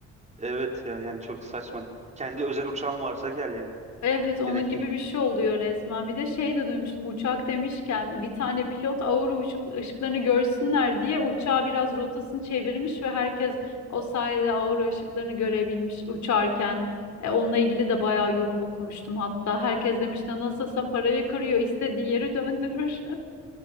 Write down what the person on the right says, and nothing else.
Evet ya yani çok saçma. Kendi özel uçağın varsa gel yani.
Direkt
in.